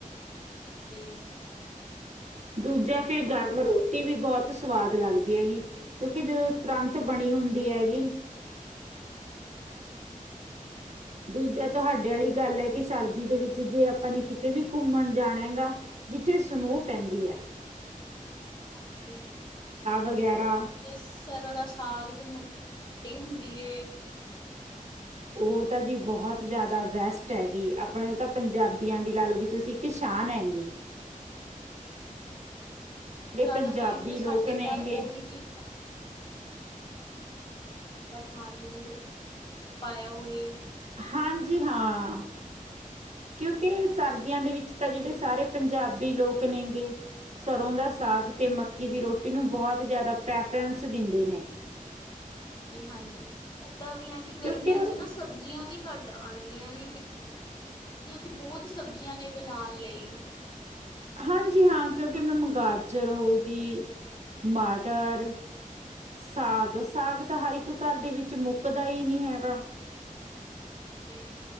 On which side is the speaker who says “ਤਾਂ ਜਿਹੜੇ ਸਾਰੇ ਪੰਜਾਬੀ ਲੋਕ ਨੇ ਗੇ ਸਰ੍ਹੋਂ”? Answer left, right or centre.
Right